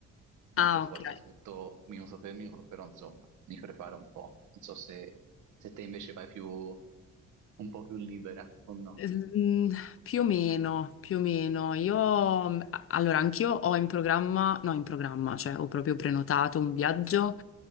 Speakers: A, on the right; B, on the left.
A: non
B: Ah,
A: per forza
B: ok.
A: tutto minuto per minuto, però insomma, mi preparo un po'. Non so se, se te invece vai più, un po' più libera o no.
B: Mm, Più o meno, più o meno. Io, mm, a- allora, anch'io ho in programma, no, in programma, cioè ho proprio prenotato un viaggio